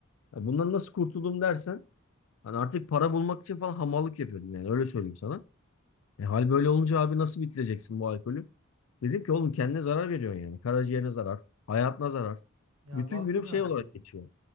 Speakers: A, on the left; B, on the right.
A: Ya bundan nasıl kurtuldum dersen hani artık para bulmak için falan hamallık yapıyordum yani öyle söyleyeyim sana. E, hal böyle olunca abi nasıl bitireceksin bu alkolü? Dedim ki oğlum kendine zarar veriyorsun yani. Karaciğerine zarar, hayatına zarar.
B: yani
A: Bütün
B: vaktini
A: günüm şey
B: harcıyorsun.
A: olarak geçiyor.